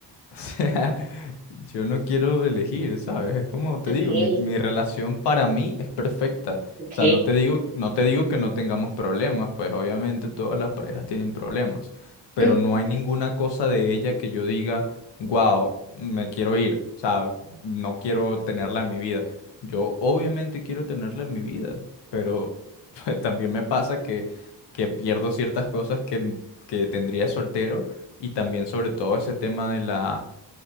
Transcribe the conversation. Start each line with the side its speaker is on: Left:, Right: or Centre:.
Left: O sea, <laughs> yo no quiero elegir, ¿sabes? Es como te
Right: Okay,
Left: digo, mi, mi relación para mí es perfecta.
Right: okay.
Left: O sea, no te digo, no te digo que no tengamos problemas, pues obviamente todas las parejas tienen problemas, pero
Right: Mm,
Left: no hay ninguna cosa de ella que yo diga, wow, me quiero ir, o sea, no quiero tenerla en mi vida. Yo obviamente quiero tenerla en mi vida, pero <laughs> pues, también me pasa que, que pierdo ciertas cosas que, que tendría soltero y también sobre todo ese tema de la,